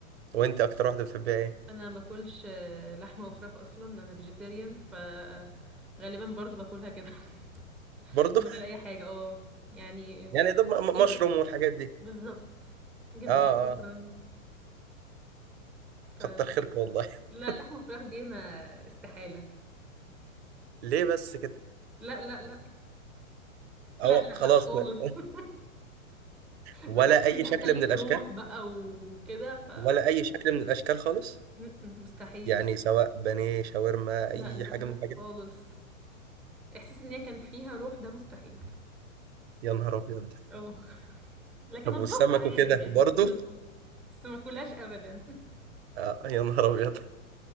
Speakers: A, on the right; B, in the centre.
A: وانت اكتر واحده بتحبها ايه
B: انا ما باكلش آه، لحمة وفراخ اصلا انا فيجيتيريان ف آه، غالبا برضو باكلها كده <laughs>
A: برضه
B: من غير اي حاجة اه يعني
A: <laughs>
B: آه،
A: يعني ده م-
B: جبن
A: م- مشروم والحاجات دي
B: بالظبط جبن
A: اه
B: شكرا
A: آه.
B: ف
A: كتر خيرك والله <laughs>
B: لا لحمة وفراخ دي انا استحالة
A: ليه بس كده
B: لا لا لا لا
A: أو
B: لا
A: خلاص
B: لا خالص
A: بقى.
B: <laughs>
A: ولا
B: باحس إني
A: أي شكل
B: قتلت
A: من الأشكال
B: روح بقى وكده ف
A: ولا أي شكل من الأشكال خالص
B: إمم، إمم، مستحيل
A: يعني سواء بانيه شاورما
B: لأ،
A: أي
B: لا، لأ
A: حاجة من الحاجات
B: خالص،
A: دي
B: إحساس إن هي كان فيها روح ده مستحيل،
A: يا نهار أبيض
B: آه، <laughs> لكن
A: طب
B: أطبخها
A: والسمك
B: عادي
A: وكده
B: يعني
A: برضه
B: ممكن أطبخها، بس ما آكلهاش أبدًا <laughs>
A: آه يا نهار أبيض